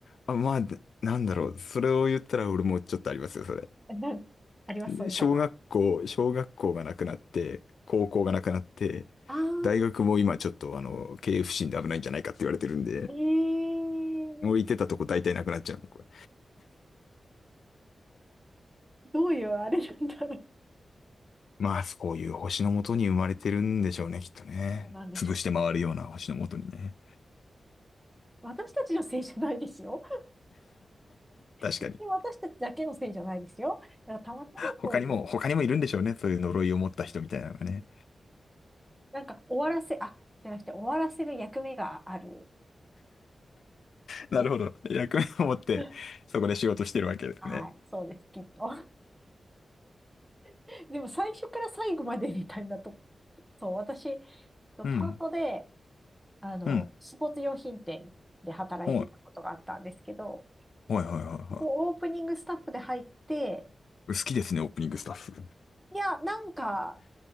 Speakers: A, on the left; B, in the centre.
A: あ、まあ、なんだろう。それを言ったら俺もちょっとありますよ、それ。
B: な、あります、
A: で小学校、
B: そういうパターン。
A: 小学校がなくなって、高校がなくなって、
B: あ
A: 大学も今ちょっとあの、経営不振で危ないんじゃないかって言われてるんで、
B: ー、えー、
A: 置いてたとこ大体なくなっちゃうの、これ。
B: どういうあれなんだろう。
A: まあ、そういう星のもとに生まれてるんでしょうね、きっとね。
B: そうなんでしょう。
A: 潰して回るような星のもとにね。
B: 私たちのせいじゃないですよ。
A: 確かに。
B: で私たちだけのせいじゃないですよ。だからたまたまそういう
A: 他にも、他にもいるんでしょうね。そういう呪いを持った人みたいなのがね。
B: なんか終わらせ、あ、じゃなくて終わらせる役目があるっ
A: なるほど。
B: ていう。
A: 役目を持って、
B: <laughs>
A: そこで仕事してるわけですね。
B: はい、そうです、きっと。<laughs> でも最初から最後までみたいなと、そう、私、パートで、
A: うん。
B: あの、
A: うん。
B: スポーツ用品店で働いてたことがあったんですけど、
A: はい。はいはいはいは
B: こう、オープニングスタッフで入って、
A: い。好きですね、オープニングスタッフ。
B: いや、なんか、